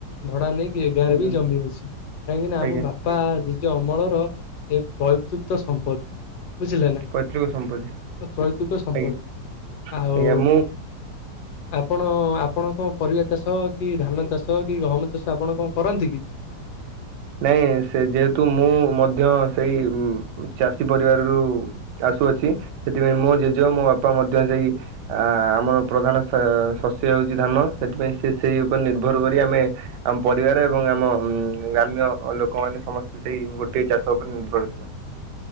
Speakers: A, on the left; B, on the right.
A: ଭଡା ନେଇକି ଏ ଗାଁରେ
B: ଆଜ୍ଞା
A: ବି ଜମି ଅଛି। କାହିଁକି ନାଁ
B: ଆଜ୍ଞା
A: ଆମେ ବାପା ଜେଜ ଅମଳର ଏ ପୈତୃକ ସମ୍ପତ୍ତି। ବୁଝିଲେ ନାଁ
B: ପୈତୃକ ସମ୍ପତ୍ତି
A: ପ୍ରୈତୃକ ସମ୍ପତ୍ତି
B: ଆଜ୍ଞା
A: ଆଉ
B: ଆଜ୍ଞା ମୁଁ
A: <inaudible> ଆପଣ ଆପଣ କଣ ପରିବା ଚାଷ କି ଧାନ ଚାଷ କି ଗହମ ଚାଷ ଆପଣ କଣ କରନ୍ତି କି?
B: ନାଇଁ ସେ ଯେହେତୁ ମୁଁ ମଧ୍ୟ ସେଇ ଚାଷୀ ପରିବାରରୁ ଆସୁଅଛି ସେଥିପାଇଁ ମୋ ଜେଜେ ମୋ ବାପା ମଧ୍ୟ ସେଇ ଆ ଆମର ପ୍ରଧାନ ସ ଶସ୍ୟ ହଉଛି ଧାନ ସେଥିପାଇଁ ସେ ସେଇ ଉପରେ ନିର୍ଭର କରି ଆମେ ଆମ ପରିବାର ଏବଂ ଆମ ଉ ଲୋକମାନେ ସମସ୍ତେ ସେଇ ଗୋଟଏ ଚାଷ ଉପରେ ନିର୍ଭରଶୀଳ।